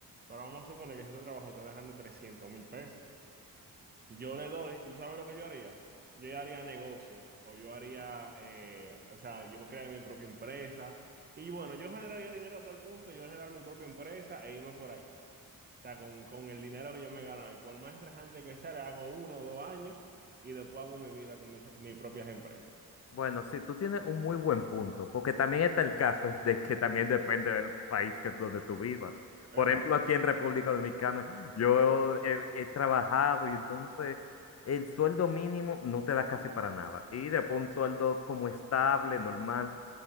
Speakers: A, on the right; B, on the left.
A: Pero vamos a suponer que este trabajo está dejando trescientos mil pesos. Yo le doy, ¿y tú sabes lo que yo haría? Yo ya haría negocios o yo haría, eh, o sea, yo crearía mi propia empresa y bueno, yo generaría dinero a tal punto, yo generar mi propia empresa e irme por ahí. O sea, con, con el dinero que yo me gano ahí, por más estresante que sea, le hago uno o dos años y después hago mi vida con mis, mis propias empresas.
B: Bueno, sí, tú tienes un muy buen punto, porque también está el caso de que también depende del país que, donde tú vivas.
A: Exacto.
B: Por ejemplo, aquí en República Dominicana, yo he, he trabajado y entonces el sueldo mínimo no te da casi para nada. Y después un sueldo como estable, normal,